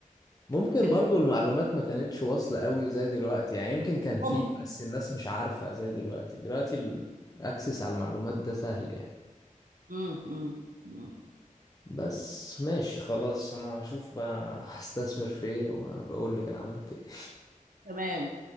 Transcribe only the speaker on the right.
في ال...
مم.
مم. مم.
تمام